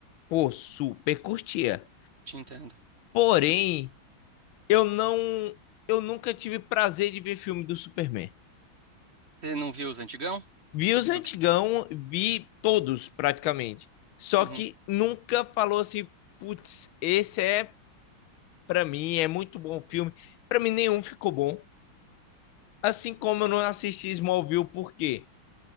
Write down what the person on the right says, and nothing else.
Te entendo.
Você não viu os antigão?
Do
que?
Uhum.